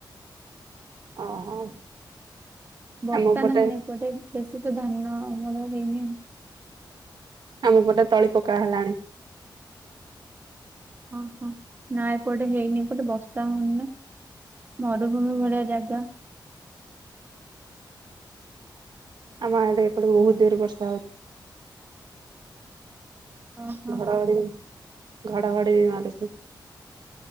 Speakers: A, on the right; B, on the right.
A: ଓହୋ।
B: ବର୍ଷା
A: ଆମ ପଟେ
B: ନାହିଁ ନା ଏପଟେ ବେଶୀ ତ ଧାନ ଆମର ହେଇନି ଆଉ।
A: ମୋ ପଟେ ତଳି ପକା ହେଲାଣି।
B: ଓହୋ ନା ଏପଟେ ହେଇନି ଏପଟେ ବର୍ଷା ହଉନି ନା। ମରୁଭୂମି ଭଳିଆ ଜାଗା।
A: <inaudible> ଆମ ଆଡେ ଏପଟେ ବହୁତ ଜୋରେ ବର୍ଷା ହଉଛି।
B: ଓହୋ
A: ଘଡଘଡି ଘଡଘଡି ମାରୁଛି।